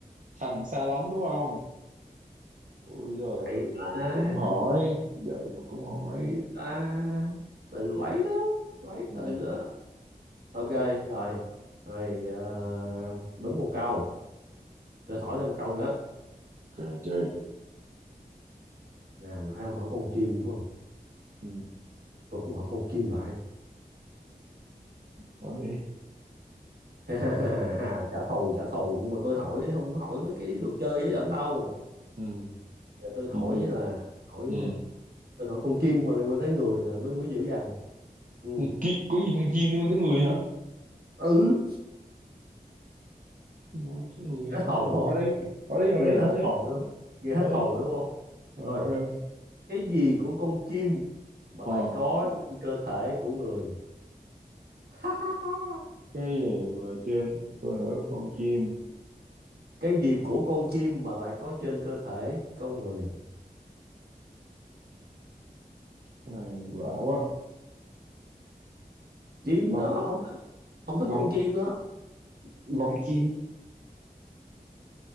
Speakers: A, on the right; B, on the right.
A: thành xa lánh đúng không ui giời
B: thầy ta
A: vậy cũng hỏi vậy mà cũng hỏi
B: thầy ta từ lấy đó lấy
A: ừ
B: từ đó ok rồi rồi ờ, đúng một câu tôi hỏi thêm câu nữa
A: ok chơi
B: nè nãy ông hỏi con chim đúng không
A: ừ
B: tôi cũng hỏi con chim lại
A: hỏi đi
B: <laughs> trả thù trả thù nhưng mà tôi hỏi không có hỏi mấy cái đồ chơi với dẫn đâu
A: ừ
B: Giờ tôi hỏi
A: chim đi
B: là hỏi
A: ừ
B: tôi hỏi con chim mà liên quan tới người là mới mới dữ dằn ừ
A: con chim có gì con chim luôn tới người hả
B: ừ
A: Nói tới người á.
B: hết
A: nói
B: hồn
A: đồ
B: không
A: hỏi đi hỏi đi hỏi
B: nghe
A: đi
B: là
A: hỏi
B: hết
A: đi
B: hồn đúng không nghe hết
A: hỏi
B: hồn
A: đi
B: đúng không
A: rồi
B: rồi
A: hỏi đi
B: cái gì của con chim mà lại
A: ờ
B: có trên cơ thể của người <laughs>
A: cái gì mà trên cơ thể con chim
B: cái gì của con chim mà lại có trên cơ thể con người
A: cái này lạ quá
B: chim
A: lông
B: đó ông không thích
A: lông
B: con chim đó
A: lông chim